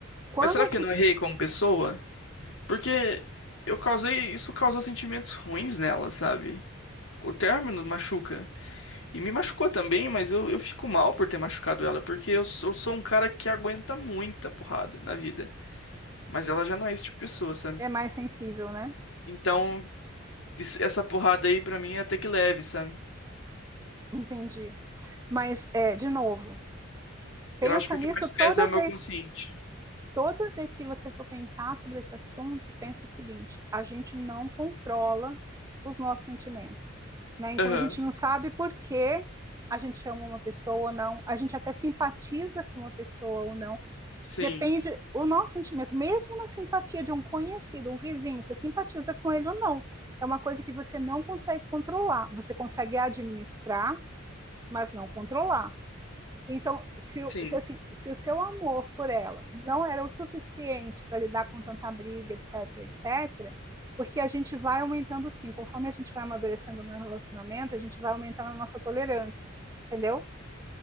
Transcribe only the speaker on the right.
Quando
a
gente
é mais sensível, né?
Entendi. Mas, é, de novo, pensa
nisso
toda
vez
toda vez que você for pensar sobre esse assunto, pense o seguinte: a gente não controla os nossos sentimentos, né? Então
a gente não sabe por que a gente ama uma pessoa ou não, a gente até simpatiza com uma pessoa ou não.
Depende o nosso sentimento, mesmo na simpatia de um conhecido, um vizinho, você simpatiza com ele ou não. É uma coisa que você não consegue controlar. Você consegue administrar, mas não controlar. Então, se,
se, assim, se o seu amor por ela não era o suficiente para lidar com tanta briga, etc, etc, porque a gente vai aumentando sim, conforme a gente vai amadurecendo no relacionamento, a gente vai aumentando a nossa tolerância, entendeu?